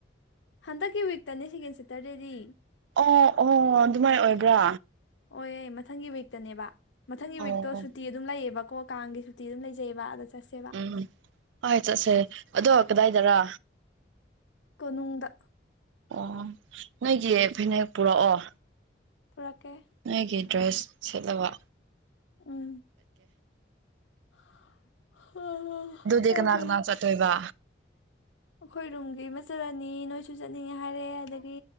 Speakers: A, on the left; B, on the right.
A: ꯍꯟꯗꯛꯀꯤ ꯋꯤꯛ ꯇꯥꯅꯦ ꯁꯤꯀꯦꯟ ꯁꯇꯔꯗꯦꯗꯤ
B: ꯑꯣ ꯑꯣ ꯑꯗꯨꯃꯥꯏꯅ ꯑꯣꯏꯕ꯭ꯔꯥ
A: ꯑꯣꯏꯌꯦ ꯃꯊꯪꯒꯤ ꯋꯤꯛꯇꯅꯦꯕ ꯃꯊꯪꯒꯤ
B: ꯑꯣ
A: ꯋꯤꯛꯇꯣ ꯁꯨꯇꯤ ꯑꯗꯨꯝ ꯂꯩꯌꯦꯕꯀꯣ ꯀꯥꯡꯒꯤ ꯁꯨꯇꯤ ꯑꯗꯨꯝ ꯂꯩꯖꯩꯕ ꯑꯗ ꯆꯠꯁꯦꯕ
B: ꯎꯝ ꯍꯣꯏ ꯆꯠꯁꯦ ꯑꯗꯣ ꯀꯗꯥꯏꯗꯔ
A: ꯀꯣꯅꯨꯡꯗ
B: ꯑꯣ ꯅꯣꯏꯒꯤ ꯐꯤꯅꯦꯛ ꯄꯨꯔꯛꯑꯣ
A: ꯄꯨꯔꯀꯦ
B: ꯅꯣꯏꯒꯤ ꯗ꯭ꯔꯦꯁ ꯁꯦꯠꯂꯕ
A: ꯎꯝ ꯑꯣ ꯍ
B: ꯑꯗꯨꯗꯤ ꯀꯅꯥ ꯀꯅꯥ ꯆꯠꯇꯣꯏꯕ
A: ꯑꯩꯈꯣꯏ ꯔꯨꯝꯒꯤ ꯃꯆꯜ ꯑꯅꯤ ꯅꯣꯏ ꯁꯨ ꯆꯠꯅꯤꯡꯉꯦ ꯍꯥꯏꯔꯛꯑꯦ ꯑꯗꯒꯤ